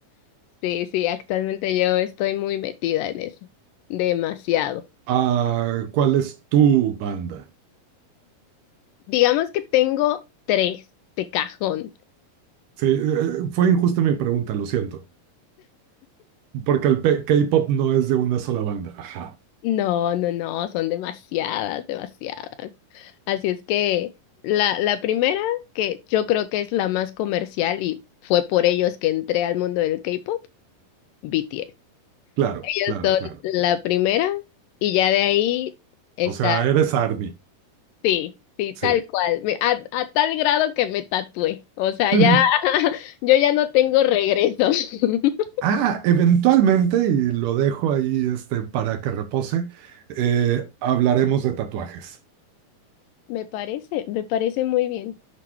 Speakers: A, on the left (about 80°); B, on the right (about 75°).
A: Sí, sí, actualmente yo estoy muy metida en eso, demasiado.
B: Ah, ¿cuál es tu banda?
A: Digamos que tengo tres de cajón.
B: Sí, eh, eh, fue injusta mi pregunta, lo siento, porque el pe- K-pop no es de una sola banda. Ajá,
A: No, no, no, son demasiadas, demasiadas. Así es que la, la primera, que yo creo que es la más comercial y fue por ellos que entré al mundo del K-pop, BTS.
B: claro,
A: Ellos
B: claro,
A: son
B: claro.
A: la primera y ya de ahí está,
B: O sea, eres ARMY,
A: sí, sí,
B: sí.
A: tal cual, me- a, a tal grado que me tatué. O sea,
B: <laughs>
A: ya, <laughs> yo ya no tengo regreso. <laughs>
B: Ah, eventualmente, y lo dejo ahí este, para que repose, eh, hablaremos de tatuajes.
A: Me parece, me parece muy bien.